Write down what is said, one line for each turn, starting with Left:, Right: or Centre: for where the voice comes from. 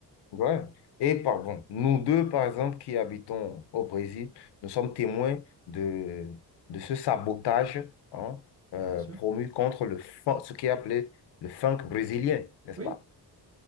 Left: Ouais. Et pardon nous deux, par exemple, qui habitons au Brésil, nous sommes témoins de, de ce sabotage hein, euh,
Right: Bien sûr.
Left: promu contre le fun- ce qui est appelé le funk brésilien, n'est-ce
Right: Oui.
Left: pas?